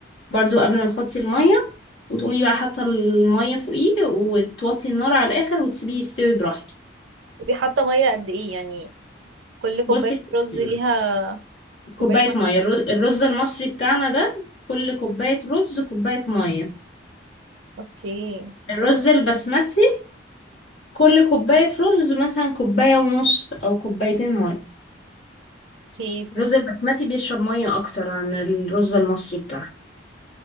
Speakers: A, on the left (about 75°); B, on the right (about 75°).
A: برضو قبل ما تحطي المية وتقومي بقى حاطة المية فوقيه وتوطي النار على الآخر وتسيبيه يستوي براحته
B: ودي حاطه ميه قد ايه يعني كل كوبايه
A: بصي يا ستي،
B: رز ليها
A: كوباية
B: كوبايه ميه
A: مية الر- الرز المصري بتاعنا ده كل كوباية رز كوباية مية
B: اوكي
A: الرز البسمتي كل كوباية رز مثلا كوباية ونص أو كوبايتين مية
B: اوكي
A: الرز البسمتي بيشرب مية أكتر عن الرز المصري بتاعه